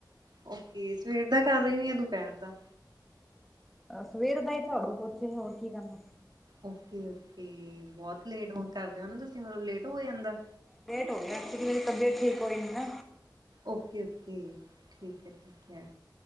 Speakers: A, on the right; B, in the centre.
A: ਓਕੇ ਸਵੇਰ ਦਾ ਕਰ ਰਹੀ ਹੋ ਜਾਂ ਦੁਪਹਿਰ ਦਾ
B: ਹ ਸਵੇਰ ਦਾ ਹੀ ਝਾੜੂ ਪੋਚੇ ਹੋਰ ਕੀ ਕਰਨਾ।
A: ਓਕੇ ਓਕੇ ਬਹੁਤ ਲੇਟ ਹੁਣ ਕਰਦੇ ਹੋ ਨਾ ਤੁਸੀਂ ਮਤਲਬ ਲੇਟ ਹੋ ਜਾਂਦਾ।
B: ਲੇਟ ਹੋ ਗਿਆ ਐਕਚੁਅਲੀ ਮੇਰੀ ਤਬੀਅਤ ਠੀਕ ਹੋਈ ਨਹੀ ਨਾ।
A: ਓਕੇ ਓਕੇ, ਠੀਕ ਹੈ ਠੀਕ ਹੈ,